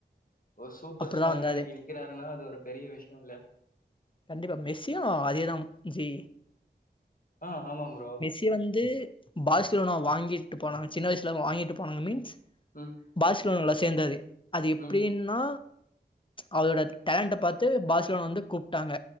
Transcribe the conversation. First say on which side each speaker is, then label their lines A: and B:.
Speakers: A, on the left; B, on the left.
A: ஒரு சூப்பர்
B: அப்டிதா
A: ஸ்டாரா
B: வந்தாரு
A: இன்னைக்கு நிக்கிறாருனா அது ஒரு பெரிய விஷ்யோ இல்ல
B: கண்டிப்பா மெஸ்ஸியு அதே
A: அது
B: தாம் ஜி
A: ஆ ஆமா ப்ரோ
B: இது வந்து பாஸ்ஸிலோன வாங்கிட்டு போனாங்க சின்ன வயசுல வாங்கிட்டு போனாங்க மீன்ஸ்
A: ம்
B: பார்ஸிலோனால சேந்தாரு அது எப்டின்னா
A: ம்
B: அவரோட டேலண்ட பாத்து பார்ஸிலோன வந்து கூப்டாங்க